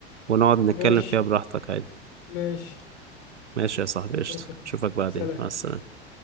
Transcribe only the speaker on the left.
ماشي
ماشي
ماشي
سلام